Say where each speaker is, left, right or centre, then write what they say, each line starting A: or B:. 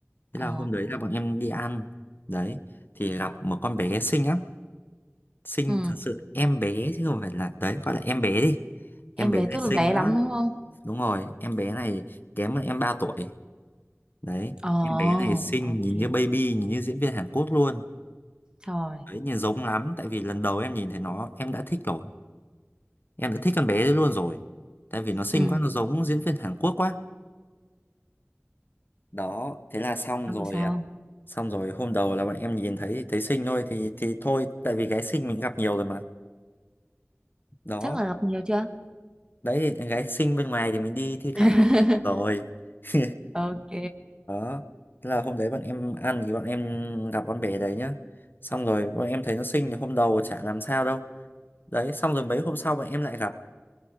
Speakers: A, on the left; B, on the right.
A: Thế
B: Ờ,
A: là hôm đấy là bọn em đi ăn đấy thì gặp một con bé xinh lắm xinh
B: ừ.
A: thật sự em bé chứ không phải là đấy gọi là em bé đi
B: Em
A: em bé
B: bé
A: này
B: tức
A: xinh
B: là bé
A: lắm
B: lắm đúng không?
A: đúng rồi em bé này kém hơn em 3 tuổi đấy
B: Ồ,
A: em bé này xinh
B: ok.
A: nhìn như baby nhìn như diễn viên Hàn Quốc luôn
B: Rồi.
A: đấy nhìn giống lắm tại vì lần đầu em nhìn thấy nó em đã thích rồi em đã thích con bé đấy luôn rồi tại vì nó xinh
B: Ừ,
A: quá nó giống diễn viên Hàn Quốc quá đó thế là xong
B: không
A: rồi
B: được sao.
A: à, xong rồi hôm đầu là bọn em nhìn thấy thấy xinh thôi thì thì thôi tại vì gái xinh mình gặp nhiều rồi mà đó
B: Chắc là gặp nhiều chưa?
A: đấy thì gái xinh bên ngoài thì mình đi thi
B: <laughs>
A: thoảng rồi <laughs>
B: Ok.
A: đó thế là hôm đấy bọn em ăn thì bọn em gặp con bé đấy nhá xong rồi bọn em thấy nó xinh thì hôm đầu chả làm sao đâu đấy xong rồi mấy hôm sau bọn em lại gặp